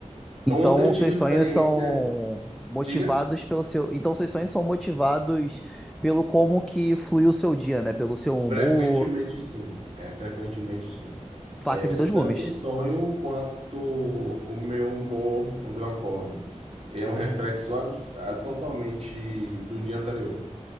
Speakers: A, in the centre; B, on the right (about 50°).
A: Então,
B: Ontem eu tive
A: seus
B: uma
A: sonhos
B: experiência,
A: são motivados
B: diga.
A: pelo seu. Então, seus sonhos são motivados pelo como que fluiu o seu dia, né? Pelo seu
B: Frequentemente
A: humor.
B: sim, é frequentemente sim.
A: Faca
B: É
A: de dois
B: tanto
A: gumes.
B: o sonho quanto o meu humor quando eu acordo. É um reflexo abs- ah, totalmente do dia anterior.